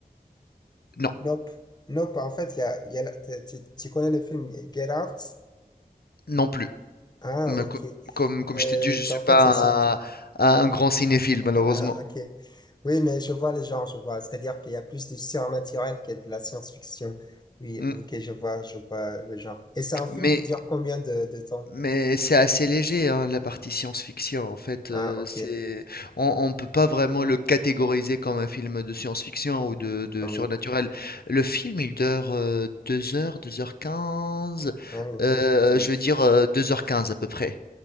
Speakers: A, on the left; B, on the left.
A: Non,
B: Nope. Nope, en fait, il y a, il y a la- t'es- tu tu connais le film Get Out?
A: non plus.
B: Ah,
A: Mais
B: ok.
A: co- comme, comme
B: Euh,
A: je t'ai dit, je suis
B: en
A: pas
B: fait, ce sont...
A: un, un grand cinéphile,
B: Ah,
A: malheureusement.
B: ok. Oui, mais je vois les genres, je vois. C'est-à-dire qu'il y a plus du surnaturel que de la science-fiction. Oui,
A: Mm.
B: ok, je vois, je vois le genre. Et c'est un film
A: Mais
B: qui dure combien de, de temps?
A: Mais c'est assez léger, hein, la partie science-fiction. En fait,
B: Ah,
A: euh,
B: ok.
A: c'est on, on peut pas vraiment le catégoriser comme un film de science-fiction ou de, de
B: Ah
A: surnaturel.
B: oui.
A: Le film, il dure euh, 2 heures, deux heures quinze.
B: Ah oui.
A: euh,
B: Disons
A: je veux
B: ça.
A: dire euh, 2h15 à peu près.